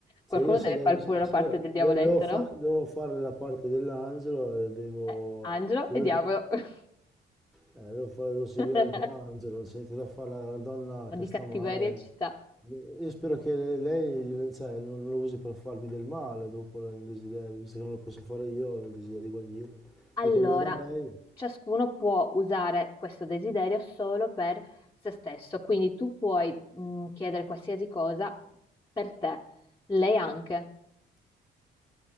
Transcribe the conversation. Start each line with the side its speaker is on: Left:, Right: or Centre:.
Left: Qualcuno
Centre: Se io, se
Left: deve
Centre: da-
Left: fare
Centre: se-
Left: pure la
Centre: se
Left: parte
Centre: io
Left: del diavoletto,
Centre: de- devo, fa-
Left: no?
Centre: devo fare la parte dell'angelo e devo...
Left: Eh, angelo
Centre: devo-
Left: e diavolo. <laughs>
Centre: Eh, devo, fare- devo seguire
Left: Un
Centre: il mio angelo, senti da fare la, la donna
Left: po'
Centre: che
Left: di
Centre: sta
Left: cattiveria
Centre: male.
Left: ci sta.
Centre: Io spero che le- lei, cioè, non, non lo usi per farmi del male dopo il desiderio, visto che non lo posso fare io, ho il desiderio di guarirla.
Left: Allora,
Centre: Dico, glielo do a lei,
Left: ciascuno può usare questo desiderio solo per se stesso, quindi tu puoi mh, chiedere qualsiasi cosa per te, lei anche.